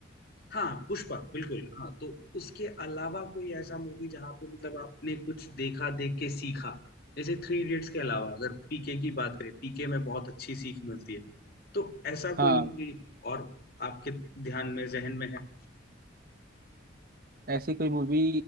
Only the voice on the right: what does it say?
हाँ
ऐसी कोई मूवी